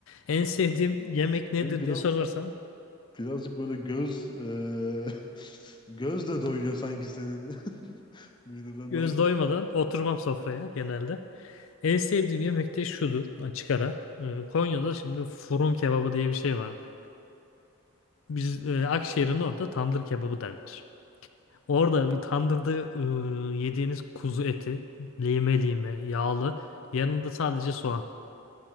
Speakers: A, on the left (about 70°); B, on the left (about 20°).
A: En sevdiğim yemek nedir
B: Sen biraz
A: diye sorarsan
B: birazcık böyle göz eee <laughs> göz de doyuyor sanki senin <laughs> mideden
A: göz
B: daha çok.
A: doymadan oturmam sofraya genelde. En sevdiğim yemek de şudur açık ara. Ee, Konya'da şimdi fırın kebabı diye bir şey vardır. Biz e, Akşehir'in orada tandır kebabı derler. Orada bir tandırda e, yediğiniz kuzu eti lime lime yağlı yanında sadece soğan.